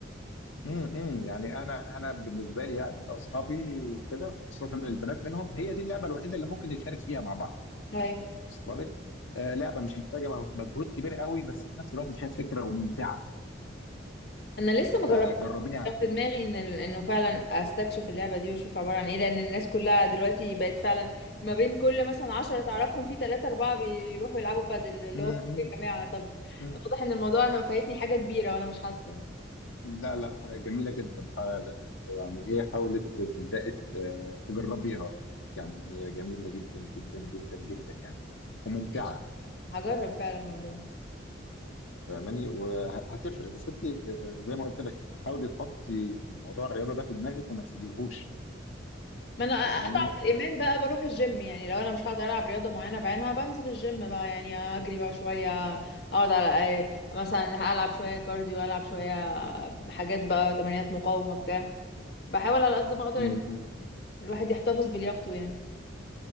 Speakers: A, on the left; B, on the left.
A: مم، مم. يعني أنا أنا بالنسبة لي يعني أنا وأصحابي وكده خصوصا البنات منهم هي دي اللعبة الوحيدة اللي ممكن نتشارك فيها مع بعض
B: ايوه
A: وصل لك آه لعبة مش محتاجة مجهود كبير قوي بس في نفس الوقت فيها فكرة وممتعة
B: انا لسه ما
A: فجربيها
B: جربتهاش
A: على
B: كان في
A: فكرة
B: دماغي ان ال- انه فعلا استكشف اللعبه دي واشوف عباره عن ايه لان الناس كلها دلوقتي بقت فعلا ما بين كل مثلا عشرة تعرفهم في ثلاثة أربعة بيروحوا يلعبوا بادل اللي
A: مم،
B: هو
A: مم،
B: إيه يا جماعه طب
A: مم.
B: واضح ان الموضوع انا فايتني حاجه كبيره وانا مش حاسه
A: لا لا جميلة جدا ح- يعني ايه حاولت تبدأي ت- تجربيها يعني هي جميلة جدا جدا جدا جدا يعني وممتعة
B: ماشي هجرب فعلا والله
A: فاهماني وهتفرق بس انت آه، زي ما قلت لك حاولي تحطي موضوع الرياضة ده في دماغك وما تسيبيهوش
B: ما انا اضعف
A: فاهماني
B: الايمان
A: آه،
B: بقى بروح الجيم يعني لو انا مش هقدر العب رياضه معينه بعينها بنزل الجيم بقى يعني اجري بقى شويه اقعد على اي مثلا العب شويه كارديو العب شويه حاجات بقى تمارين مقاومه بتاع بحاول على قد ما اقدر
A: م-
B: ان
A: م.
B: الواحد يحتفظ بلياقته يعني